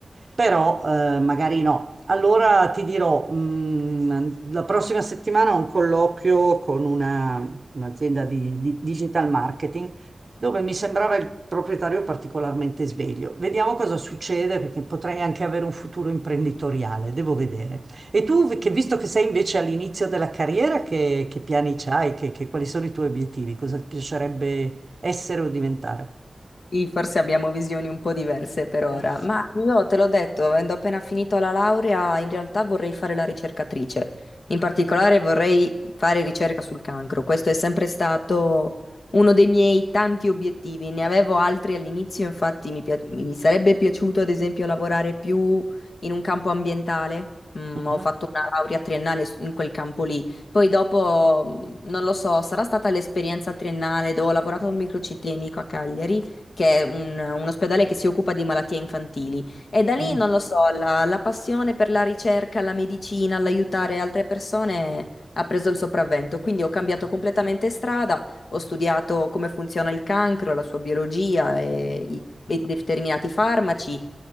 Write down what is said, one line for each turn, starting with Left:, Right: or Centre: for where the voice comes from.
Right: però eh, magari no. Allora ti dirò, mh, la prossima settimana ho un colloquio con una- un'azienda di, di digital marketing dove mi sembrava il proprietario particolarmente sveglio. Vediamo cosa succede perché potrei anche avere un futuro imprenditoriale, devo vedere. E tu, vi- che visto che sei invece all'inizio della carriera, che, che piani c'hai? Che, che- quali sono i tuoi obiettivi? Cosa ti piacerebbe essere o diventare?
Left: Sì, forse abbiamo visioni un po' diverse per ora,
Right: Eh, sì.
Left: ma io te l'ho detto, avendo appena finito la laurea, in realtà vorrei fare la ricercatrice. In particolare vorrei fare ricerca sul cancro. Questo è sempre stato uno dei miei tanti obiettivi. Ne avevo altri all'inizio, infatti mi, pia- mi sarebbe piaciuto ad esempio lavorare più in un campo ambientale. Mm,
Right: Mhm,
Left: ho fatto una laurea triennale su- in quel campo lì. Poi dopo, mm, non lo so, sarà stata l'esperienza triennale dove ho lavorato a un microcitemico a Cagliari che è un, un ospedale che si occupa di malattie infantili. E da lì,
Right: mm.
Left: non lo so, la, la passione per la ricerca, la medicina, l'aiutare altre persone ha preso il sopravvento. Quindi ho cambiato completamente strada, ho studiato come funziona il cancro, la sua biologia e i e determinati farmaci.